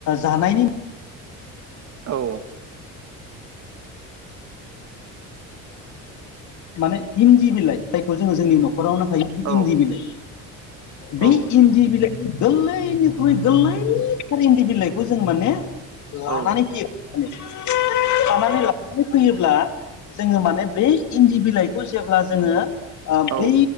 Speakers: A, on the left; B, on the right.
A: जानायनि
B: औ
A: माने इन्दि बिलाइ जायखौ जोङो जोंनि न'खरावनो थायो बे
B: औ
A: इन्दि बिलाइ। बे
B: औ
A: इन्दि बिलाइ गोल्लैनिख्रुइ गोल्लैथार इन्दि बिलाइखौ जों माने लानानै
B: औ
A: फैयो। खानानै लानानै फैयोब्ला जोङो माने बै इन्दि बिलाइखौ जेब्ला जोङो ओ
B: औ
A: बै